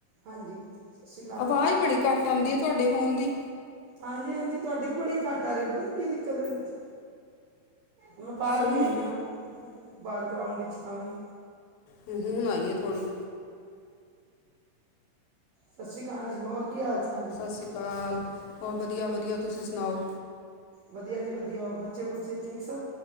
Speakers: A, on the right; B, on the left.
A: ਹਾਂਜੀ ਸਤਿ ਸ਼੍ਰੀ ਅਕਾਲ
B: ਆਵਾਜ਼
A: ਜੀ
B: ਬੜੀ ਘੱਟ ਆਉਂਦੀ ਆ ਤੁਹਾਡੇ ਫੋਨ ਦੀ।
A: ਹਾਂਜੀ-ਹਾਂਜੀ, ਤੁਹਾਡੀ ਵੀ ਬੜੀ ਘੱਟ ਆ ਰਹੀ ਪਤਾ ਨੀ ਕੀ ਦਿੱਕਤ ਇਹਦੇ ਚ? ਮੈਂ ਬਾਹਰ
B: ਸਿੰਮੀ
A: ਵੀ ਆਈ ਹਾਂ, ਬਾਹਰ ਗਰਾਊਂਂਡ ਵਿੱਚ ਤਾਂਵੀ।
B: ਹੂੰ, ਹੁਣ ਆਈ ਆ ਥੋੜੀ।
A: ਸਤਿ ਸ਼੍ਰੀ ਅਕਾਲ ਜੀ, ਹੋਰ ਕੀ ਹਾਲ ਚਾਲ? ਹੈ
B: ਸਤਿ ਸ਼੍ਰੀ ਅਕਾਲ, ਹੋਰ ਵਧੀਆ-ਵਧੀਆ ਤੁਸੀਂ ਸੁਣਾਓ?
A: ਵਧੀਆ ਜੀ ਵਧੀਆ, ਹੋਰ ਬੱਚੇ-ਬੁੱਚੇ ਠੀਕ ਸਭ।